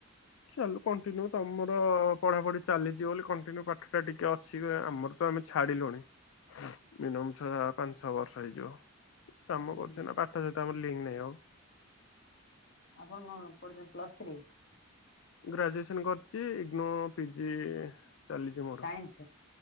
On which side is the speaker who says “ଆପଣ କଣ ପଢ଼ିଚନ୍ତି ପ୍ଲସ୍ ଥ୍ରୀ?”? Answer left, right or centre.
Left